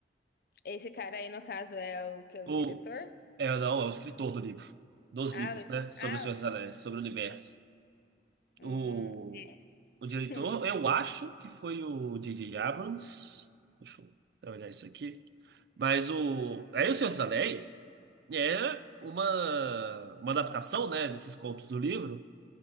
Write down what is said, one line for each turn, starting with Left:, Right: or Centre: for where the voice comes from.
Left: Esse cara aí, no caso, é o que é
Right: O,
Left: o diretor?
Right: é, não, é o escritor do livro, dos
Left: Ah,
Right: livros,
Left: o escritor.
Right: né? Sobre
Left: Ah,
Right: o Senhor dos Anéis, sobre o universo.
Left: hum.
Right: O, o diretor,
Left: <laughs>
Right: eu acho que foi o D J Abrams. Deixa eu olhar isso aqui. Mas o. Aí o Senhor dos Anéis é uma, uma adaptação, né, desses contos do livro.